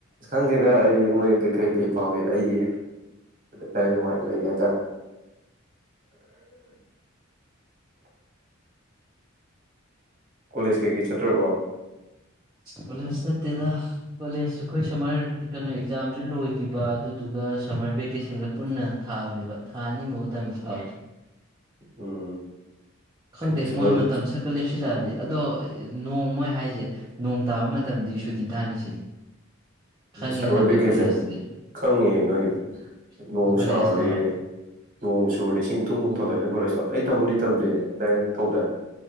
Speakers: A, on the right (about 40°); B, on the right (about 20°).
A: ꯈꯪꯗꯦꯗ ꯑꯩ ꯃꯣꯏ ꯀꯩ ꯀꯩ ꯐꯥꯎꯒꯦ ꯑꯩꯗꯤ ꯅꯨꯡꯉꯥꯏꯅ ꯂꯩꯒꯦ ꯍꯥꯏꯇꯥꯔꯦ <unintelligible> ꯀꯣꯂꯦꯖ ꯀꯩꯀꯩ ꯆꯠꯇ꯭ꯔꯕꯣ
B: ꯀꯣꯂꯦꯖ ꯆꯠꯇꯦꯗ ꯀꯣꯂꯦꯖ ꯑꯩꯈꯣꯏ ꯁꯝꯃꯔ ꯀꯩꯅꯣ ꯑꯦꯛꯖꯥꯝꯁꯨ ꯂꯣꯏꯈꯤꯕ ꯑꯗꯨꯗꯨꯒ ꯁꯝꯃꯔ ꯚꯦꯀꯦꯁꯟꯒ ꯄꯨꯟꯅ ꯊꯥꯕꯅꯦꯕ ꯊꯥ ꯑꯅꯤꯃꯨꯛ ꯑꯗꯥꯏꯃꯨꯛ ꯊꯥꯕ
A: ꯎꯝ
B: ꯈꯪꯗꯦ
A: ꯀꯩꯅꯣ ꯁꯝꯃꯔ
B: ꯃꯣꯏ ꯃꯇꯝ ꯁꯠꯀ ꯂꯦꯞꯁꯤꯜꯂꯛꯑꯗꯤ ꯑꯗꯣ ꯅꯣꯡ ꯃꯣꯏ ꯍꯥꯏꯁꯦ ꯅꯣꯡ ꯇꯥꯕ ꯃꯇꯝꯗ ꯁꯨꯇꯤ ꯊꯥꯅꯤ ꯁꯤꯅꯤ ꯈꯪꯉꯤꯗꯅ
A: ꯁꯃꯔ
B: ꯑꯩꯈꯣꯏ
A: ꯕꯦꯀꯦꯁꯟ
B: ꯀꯣꯂꯦꯖꯇꯨꯗꯤ
A: ꯈꯪꯉꯤ ꯅꯣꯏꯒꯤꯗꯣ
B: ꯑꯩꯈꯣꯏ
A: ꯅꯣꯡ
B: ꯀꯣꯂꯦꯖꯇꯣ
A: ꯆꯥꯔꯗꯤ ꯅꯣꯡ ꯁꯨꯔꯗꯤ ꯏꯁꯤꯡ ꯊꯨꯝ ꯒꯨꯝ ꯊꯧꯗꯥꯏ ꯅꯣꯏ ꯀꯣꯂꯦꯖ ꯇꯣ ꯑꯩ ꯇꯝꯕꯨꯗꯤ ꯇꯝꯗꯦ <unintelligible> ꯇꯧꯗꯦ